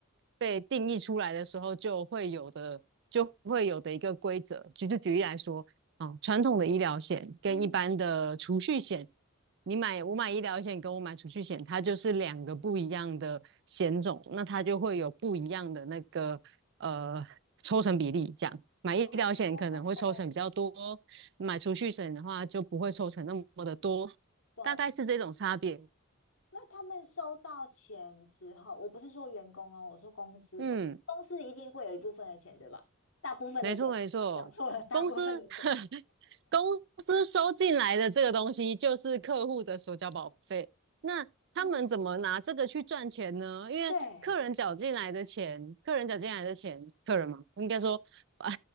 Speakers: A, on the right; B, on the left.
A: 被定义出来的时候就会有的，就会有的一个规则。举就举例来说，啊、传统的医疗险跟一般的储蓄险，
B: 嗯，
A: 你买我买医疗险跟我买储蓄险，它就是两个不一样的险种，那它就会有不一样的那个呃抽成比例这样。买医疗险可能会抽成比较多，
B: 哦，
A: 买储蓄险的话就不会抽成那么的多，
B: 懂。
A: 大概是这种差别。
B: 那他们收到钱之后，我不是说员工哦，我说公司，
A: 嗯，
B: 公司一定会有一部分的钱，对吧？大部分的钱，
A: 没错没错，
B: 讲错了，大部分的钱，
A: 公司 <laughs> 公司收进来的这个东西就是客户的所缴保费，那他们怎么拿这个去赚钱呢？
B: 嗯，
A: 因为客人缴进来的钱，
B: 对，
A: 客人缴进来的钱，客人嘛，应该说，哎，